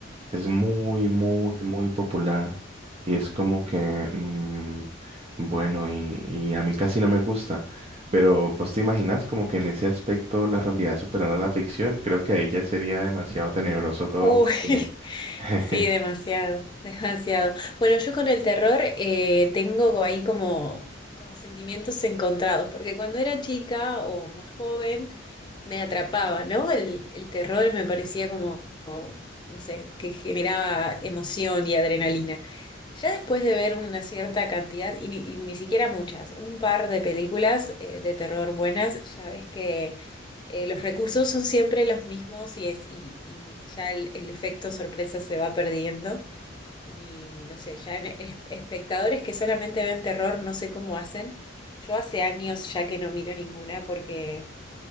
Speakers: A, on the right; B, on the left.
A: es muy, muy,
B: Mm.
A: muy popular y es como que, mm, bueno, y, y a mí casi no me gusta, pero pues te imaginas como que en ese aspecto la realidad superara la ficción, creo que ahí ya sería demasiado tenebroso todo
B: Uy,
A: porque...
B: <laughs>
A: <laughs>
B: sí, demasiado, demasiado. Bueno, yo con el terror eh, tengo ahí como, como sentimientos encontrados, porque cuando era chica o más joven me atrapaba, ¿no? El, el terror me parecía como, como, no sé, que generaba emoción y adrenalina. Ya después de ver una cierta cantidad, y ni, y ni siquiera muchas, un par de películas eh, de terror buenas, ya ves que eh, los recursos son siempre los mismos y, es, y, y ya el, el efecto sorpresa se va perdiendo. Y no sé, ya en, en es- espectadores que solamente ven terror, no sé cómo hacen. Yo hace años ya que no miro ninguna porque